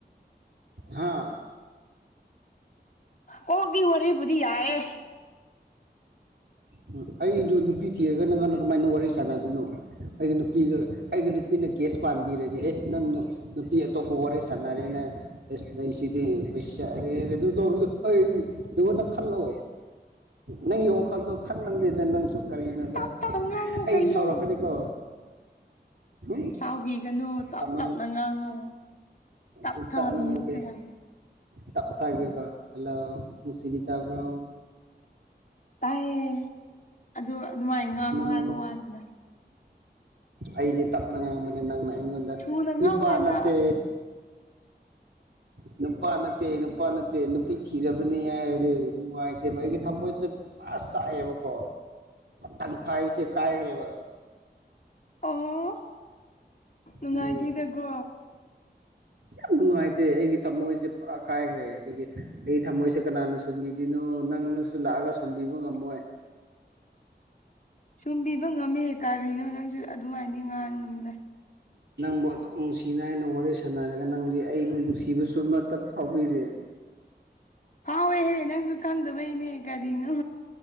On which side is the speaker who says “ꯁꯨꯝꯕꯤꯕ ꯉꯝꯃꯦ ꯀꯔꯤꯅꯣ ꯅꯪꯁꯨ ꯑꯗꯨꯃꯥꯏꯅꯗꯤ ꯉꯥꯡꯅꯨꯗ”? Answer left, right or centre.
Left